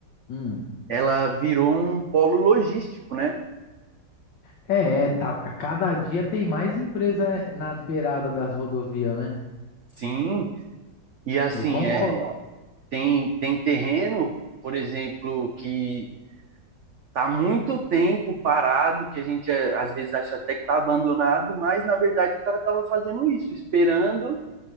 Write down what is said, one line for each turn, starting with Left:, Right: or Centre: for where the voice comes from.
Left: Hum.
Right: ela virou um polo logístico, né?
Left: É, é, tá, cada dia tem mais empresa é, nas beiradas das rodovias, né?
Right: Sim, e assim,
Left: Eu concordo.
Right: é, tem, tem terreno, por exemplo, que tá muito tempo parado, que a gente é, às vezes acha até que tá abandonado, mas na verdade o cara tava fazendo isso, esperando